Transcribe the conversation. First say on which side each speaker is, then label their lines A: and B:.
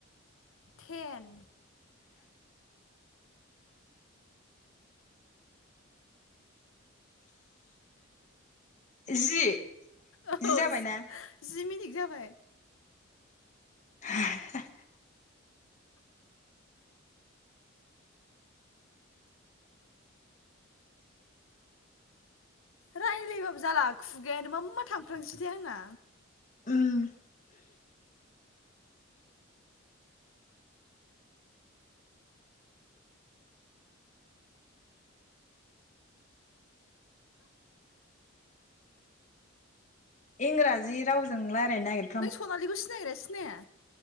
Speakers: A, on the left (about 75°); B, on the left (about 35°).
A: थेन
B: जि
A: औ
B: जि जाबायना
A: जि मिनि जाबाय
B: <inaudible>
A: रायलायबाबो जाला खुगायानो मा मा थांफ्लांसैथाय आंना।
B: उम। इंराजि रावजों रायलायनो ना
A: नों सनालिखौ सिनायोना सिनाया?